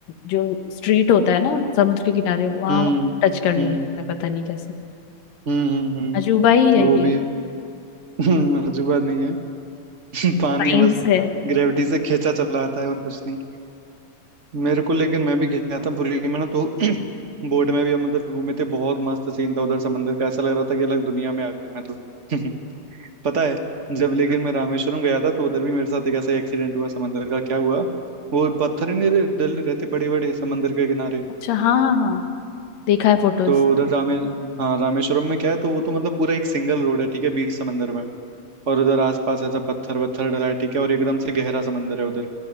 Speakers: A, on the left; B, on the right.
A: जो स्ट्रीट होता है ना समुद्र के किनारे वहां
B: हम्म
A: टच करने
B: हम्म
A: लगता है पता नहीं कैसे
B: हम्म हम्म हम्म,
A: अजूबा ही है
B: वो
A: ये
B: भी है। <laughs> हम्म, अजूबा नहीं है <laughs> पानी
A: साइंस
B: बस
A: है
B: ग्रेविटी से खींचा चला आता है और कुछ नहीं मेरे को लेकिन मैं भी गया था पुरी में ना तो <clears throat> बोट में भी हम उधर घूमे थे बहुत मस्त सीन था उधर समंदर का ऐसा लग रहा था कि अलग दुनिया में आ गया मैं तो <laughs> पता है जब लेकिन मैं रामेश्वरम गया था तो उधर भी मेरे साथ एक ऐसा एक्सीडेंट हुआ समंदर का क्या हुआ वो पत्थर ही नहीं रहे- डले रहते बड़े बड़े समंदर के किनारे
A: अच्छा हाँ हाँ हाँ देखा है फोटोज
B: तो उधर रामे हाँ रामेश्वरम में क्या है तो वो तो मतलब पूरा एक सिंगल रोड है ठीक है बीच समंदर में और उधर आसपास ऐसा पत्थर वत्थर डला है ठीक है और एकदम से गहरा समंदर है उधर